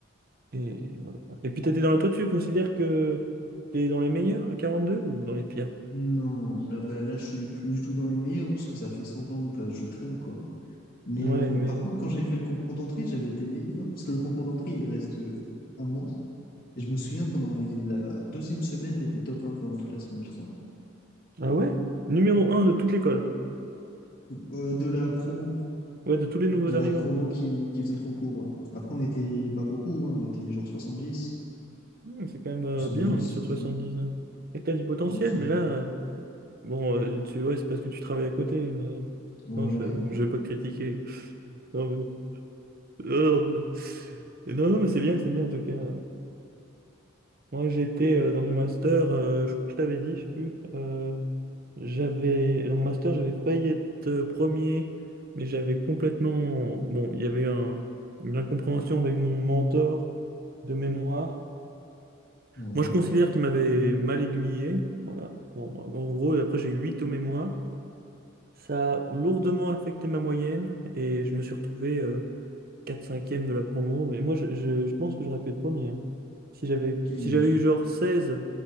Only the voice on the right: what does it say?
Et voilà. Et puis t'étais dans la... Toi, tu considères que t'es dans les meilleurs à 42 ou dans les pires?
Ouais,
mais...
Ah ouais? Numéro un
de toute l'école.
Ouais, de tous les nouveaux
arrivants,
quoi.
Hmm, c'est quand même euh,
bien hein, sur
70 ans. Et t'as du potentiel,
mais
là, euh, bon, euh, tu, ouais, c'est parce que tu travailles à côté, mais
non, je,
je vais pas te critiquer. <laughs> Non, mais, oh, mais- non, non, mais c'est bien, c'est bien en tout cas. Moi, j'étais euh, dans mon master, euh, je crois que je t'avais dit, je sais plus. euh, j'avais, dans mon master, j'avais failli être euh, premier, mais j'avais complètement. Bon, il y avait un- une incompréhension avec mon mentor de mémoire.
Moi, je considère qu'il m'avait mal aiguillé. Voilà. Bon, en gros, après, j'ai 8 au mémoire. Ça a lourdement affecté ma moyenne et je me suis retrouvé 4-5e de la promo. Mais moi, je, je- je pense que j'aurais pu être premier. hein. Si j'avais
si
j'avais
eu
genre 16,